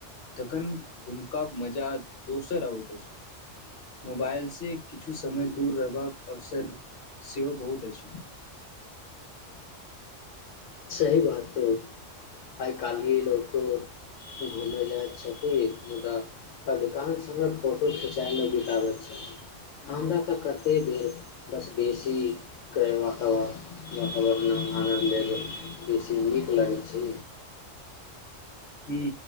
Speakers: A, on the left (about 50°); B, on the left (about 80°).
A: तखन घुमका मजा दोसर अबैत अछि मोबाइलसँ किछु समय दूर रहबाक अवसर सेहो बहुत अछि
B: सही बात छै आइ काल्हिी लोक घूमय जाइत छथिन मुदा अधिकांश समय फोटो खिचाइमे बितबैत छथिन हमरा तऽ कतेक बेर बस बेसीके वातावरण वातावरण आनन्द आल बेसी नीक लगै छै
A: ह्म